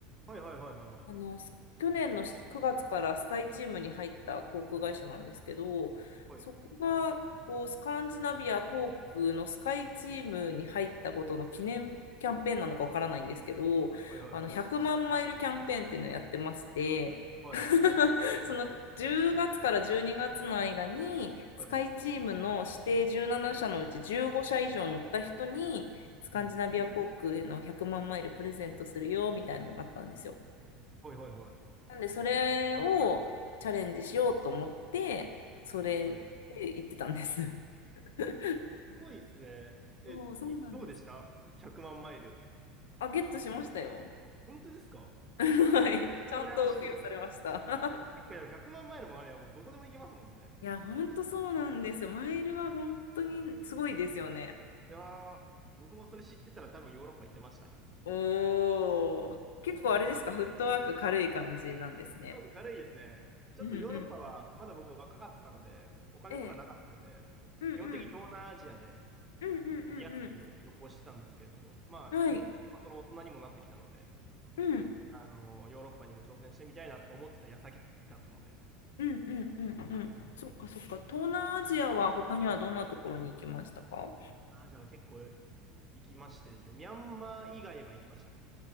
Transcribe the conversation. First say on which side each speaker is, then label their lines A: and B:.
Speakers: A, on the right (about 15°); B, on the left (about 85°).
A: はいはいはいはいはい。
B: あの、す去年のし9月からスカイチームに入った航空会社なんですけど、
A: はい
B: そこがこうスカンジナビア航空のスカイチームに入ったことの記念キャンペーンなのかわからないんですけど、
A: はいはいはい。
B: あの100万マイルキャンペーンっていうのをやってまして、
A: はい。
B: <laughs> その10月から12月の間にスカイチームの指定17社のうち15社以上乗った人にスカンジナビア航空への100万マイルプレゼントするよみたいなのがあったんですよ。
A: はい。うん。はいはいはい。
B: なんで、それをチャレンジしようと思って、それで行ってたんです。
A: はい。
B: <laughs>
A: あ、すごいですね。え、
B: そう、そうなんです。
A: いどうでした ?100 万マイル。
B: あ、ゲットしましたよ。
A: 本当ですか
B: <laughs> はい。
A: え、
B: ちゃんと付与されました。
A: 羨ましい。結構やっぱ100万マイルもありゃもうどこでも行けますもんね。
B: <laughs> いや、ほんとそうなんですよ。マイルは本当にすごいですよね。
A: いやー、僕もそれ知ってたら多分ヨーロッパ行ってました。
B: おー。結構あれですか、フットワーク軽い感じなんですね。
A: 韓国軽いですね。ちょっとヨーロッパは、
B: うんうん。
A: まだ僕若かったので、お金とかなかったので、
B: ええ。うんうん。
A: 基本的に東南アジアで
B: うんうんうん
A: はい安く旅行してたんですけれども、まあ、
B: うん。はい。
A: そろそろ大人にもなってきたので、
B: うん。
A: あの、ヨーロッパにも挑戦してみたいなって思ってた矢先だったので、
B: うんうんうんうん。
A: うん。
B: そっかそっか。東南アジアは他にはどんなところに行きましたか
A: 東南アジアは結構行きましてですね、ミャンマー以外は行きましたね。